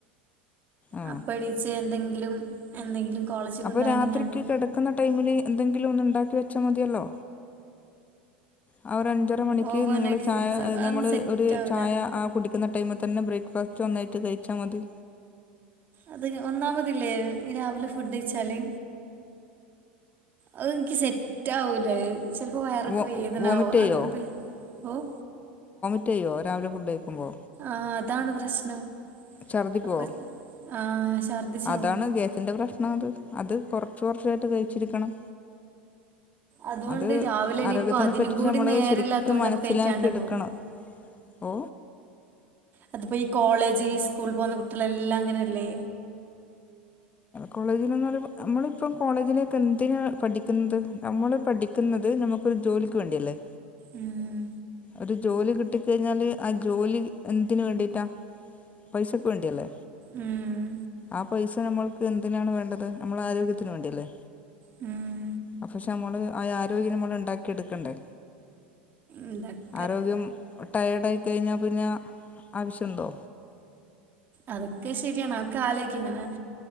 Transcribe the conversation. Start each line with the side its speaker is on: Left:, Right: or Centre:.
Left: ആ
Right: അപ്പണീച്ച് എന്തെങ്കിലും എന്തെങ്കിലും- കോളേജിൽ
Left: അപ്പൊ
Right: കൊണ്ടുപോകാൻ
Left: രാത്രിക്ക്
Right: ഞാൻ
Left: കിടക്കുന്ന ടൈമില് എന്തെങ്കില- ഒന്ന് ണ്ടാക്കി വെച്ചാ മതിയല്ലോ ആ ഒരു അഞ്ചര മണിക്ക്
Right: ഓവർനൈറ്റ്
Left: നിങ്ങൾ ചായ
Right: ഫുഡ്സ് അതൊന്നും
Left: നമ്മൾ
Right: സെറ്റ്
Left: ഒരു
Right: ആവില്ല
Left: ചായ ആ കുടിക്കുന്ന ടൈമ- തന്നെ ബ്രേക്ക്ഫാസ്റ്റ് ഒന്നായിട്ട് കഴിച്ചാ മതി.
Right: അതിന് ഒന്നാമതില്ലേ രാവിലെ ഫുഡ് കഴിച്ചാല് അത് എനിക്ക് സെറ്റ് ആവൂലത് ചെലപ്പോ വയറൊക്കെ
Left: വോ
Right: വേദനവാ
Left: വോമിറ്റ് ചെയ്യോ
Right: അതിന് <unintelligible>
Left: <unintelligible> രാവിലെ ഫുഡ്‌ കയ്ക്കുമ്പോ
Right: ആഹ് അതാണ് പ്രശ്നം.
Left: ഛർദിക്കുവോ
Right: അപ്പൊ ആ ഛർദിച്ചാവും
Left: അതാണ് ഗേസിന്റെ പ്രശ്നാത് അത് കുറച്ച് കുറച്ചായിട്ട് കഴിച്ചിരിക്കണം.
Right: അതുകൊണ്ട്
Left: അത്
Right: രാവിലെ ഇനിയിപ്പോൾ
Left: ആരോഗ്യത്തിനെ
Right: അതിനും
Left: പറ്റിട്ട്
Right: കൂടി
Left: നമ്മള്
Right: നേരമില്ലാത്തതുകൊണ്ട്
Left: ശരിക്കും മനസ്സിലാക്കി
Right: അപ്പോൾ കഴിക്കാണ്ടങ്ങാവും
Left: എടുക്കണം. ഓ
Right: അതിപ്പോ ഈ കോളേജ് സ്കൂള് പോന്ന കുട്ടികളെല്ലാ ഇങ്ങനല്ലേ.
Left: കോളേജിലന്നറയുമ്പ നമ്മളിപ്പം കോളേജിലക്കെ എ- ത്തിനാ പഠിക്കുന്നത് നമ്മള് പഠിക്കുന്നത് നമുക്കൊരു ജോലിക്ക് വേണ്ടിയല്ലേ.
Right: ഉം
Left: ഒരു ജോലി കിട്ടിക്കഴിഞ്ഞാല് ആ ജോലി എന്തിന് വേണ്ടിറ്റാ? പൈസക്ക് വേണ്ടിയല്ലേ.
Right: ഉം,
Left: ആ പൈസ നമ്മൾക്ക് എന്തിനാണ് വേണ്ടത് നമ്മൾ ആരോഗ്യത്തിന് വേണ്ടിയല്ലേ.
Right: ഉം.
Left: അ പക്ഷെ നമ്മള് അ ആരോഗ്യം നമ്മൾ ഇണ്ടാക്കിയെടുക്കണ്ടേ.
Right: എന്ത
Left: ആരോഗ്യം ടയേർഡായി കഴിഞ്ഞാ പിന്നാ ആവശ്യണ്ടോ?
Right: അതൊക്കെ ശരിയാണ് അ ഒക്കെ ആലോയ്ക്കിങ്ങനെ-